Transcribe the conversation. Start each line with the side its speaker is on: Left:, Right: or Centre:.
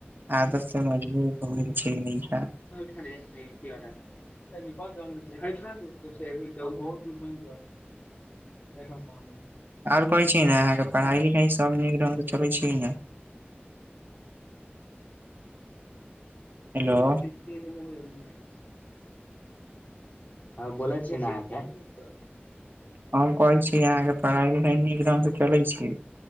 Right: आदत तऽ मजबूर हो गेल छै लैका
Left: ठे <unintelligible> तिवला। तऽ निकल जल्दी सेबहुत दूर। देखब शाम मे
Right: आओर कहै छियै न अहाँके पढ़ाइ लिखाइ सभ नीक ढंग से चलैत छै ने।
Left: <unintelligible>
Right: हेलो
Left: हँ बोलै छी ने अहाँ के।
Right: हम कहै छी अहाँ के पढ़ाइ लिखाइ नीक ढंग से चलै छी।